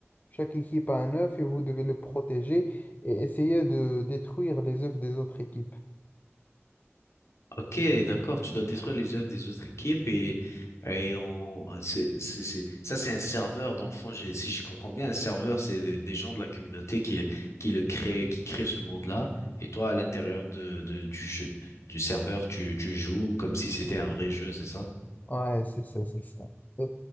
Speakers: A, on the left; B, on the left.
A: Chaque équipe a un œuf et vous devez le protéger et essayer de détruire les œufs des autres équipes.
B: Ok, d'accord, tu dois détruire les œuvres des autres équipes et, et on, c'est, c'est, c'est- ça c'est un serveur dans le fond, j'ai- si j'y comprends bien, un serveur c'est des, des gens de la communauté qui, qui le créent, qui créent ce monde-là et toi à l'intérieur de, de, du jeu, du serveur, tu, tu joues comme si c'était un vrai jeu, c'est ça?
A: Ouais, c'est ça, c'est ça. Euh,